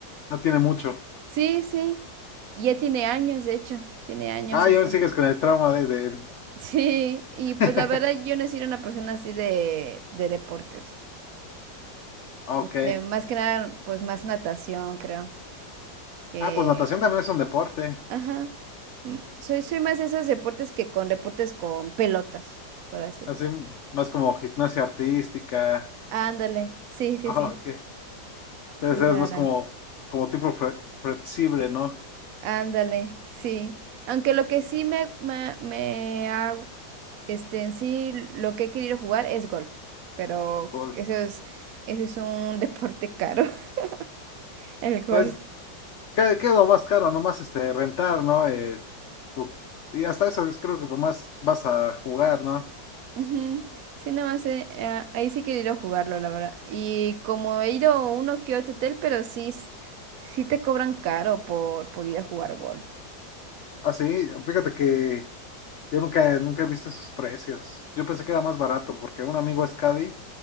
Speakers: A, on the left; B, on the right.
A: No tiene mucho.
B: Sí, sí, ya tiene años, de hecho, tiene años
A: Ah,
B: eso.
A: y aún sigues
B: <laughs>
A: con el trauma de, de... él.
B: Sí, y
A: <laughs>
B: pues la verdad yo no he sido una persona así de, de deportes.
A: Ok.
B: Este, más que nada, pues más natación, creo. Que,
A: Ah, pues natación también es un deporte.
B: ajá, mm, soy, soy más de esos deportes que con deportes con pelotas, por así decirlo.
A: Así más como gimnasia artística.
B: Ándale, sí, sí,
A: Ah,
B: sí,
A: ok.
B: sí,
A: Entonces
B: la
A: es
B: verdad.
A: más como, como tipo fle- flexible, ¿no?
B: Ándale, sí. Aunque lo que sí me, me, me ha, este, en sí, lo que he querido jugar es golf, pero
A: Fútbol.
B: eso es, ese es un <laughs> deporte caro, <laughs> el golf.
A: Pues ¿Qué, qué es lo más caro? Nomás este, rentar, ¿no? Eh, tu- y hasta eso es creo que nomás vas a jugar, ¿no?
B: Ujú. Sí, nada más, eh, eh, ahí sí he querido jugarlo, la verdad. Y como he ido a uno que otro hotel, pero sí, s- sí te cobran caro por, por ir a jugar golf.
A: Así, fíjate que yo nunca, nunca he visto esos precios. Yo pensé que era más barato porque un amigo es Caddy,